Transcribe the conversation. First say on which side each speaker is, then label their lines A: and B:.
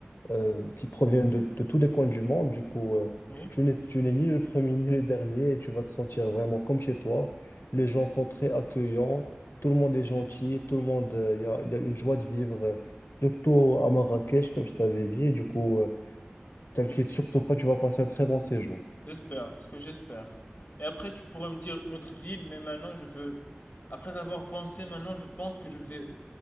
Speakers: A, on the left; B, on the left.
A: euh, qui proviennent de, de tous les coins du monde. Du coup, euh,
B: Oui,
A: tu n'es, tu n'es ni le premier ni le dernier et tu vas te sentir vraiment comme chez toi. Les gens sont très accueillants, tout le monde est gentil, tout le monde, euh, il y a, il y a une joie de vivre, euh, surtout à Marrakech, comme je t'avais dit. Du coup, euh, t'inquiète
B: oui.
A: surtout pas, tu vas passer un très bon séjour.
B: J'espère, c'est ce que j'espère. Et après, tu pourrais me dire une autre ville, mais maintenant, je veux... Après avoir pensé, maintenant, je pense que je vais